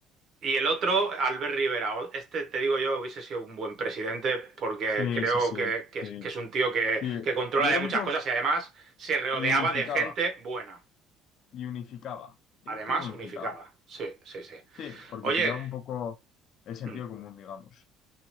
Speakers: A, on the right; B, on the left.
A: Y el otro, Albert Rivera. O- Este, te digo yo, hubiese sido un buen presidente porque
B: Sí,
A: creo
B: sí, sí,
A: que, que
B: sí,
A: es que es un tío que,
B: sí.
A: que controla
B: Y era
A: de
B: un
A: muchas
B: tío
A: cosas y además se rodeaba
B: y unificaba.
A: de gente buena.
B: y unificaba. Era
A: Además,
B: un tío que unificaba.
A: unificaba. Sí, sí, sí.
B: Sí, porque
A: Oye,
B: pillaba un poco el sentido
A: mm,
B: común, digamos.